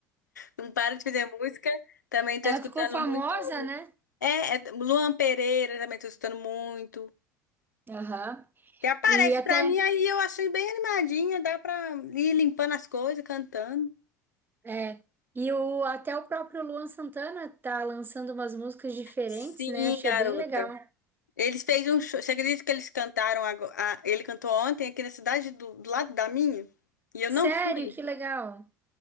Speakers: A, on the left; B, on the right.
A: não para de fazer música. Também tô
B: Ela
A: escutando
B: ficou famosa,
A: muito.
B: né?
A: É, é Luan Pereira também tô escutando muito.
B: Aham.
A: E aparece
B: E até,
A: pra mim aí, eu achei bem animadinha, dá pra ir limpando as coisas, cantando.
B: é, e o, até o próprio Luan Santana tá lançando umas músicas diferentes,
A: Sim,
B: né? Achei
A: garota.
B: bem legal.
A: Eles fez um show. Você acredita que eles cantaram agora? Ele cantou ontem aqui na cidade do, do lado da minha? E eu
B: Sério,
A: não fui.
B: que legal.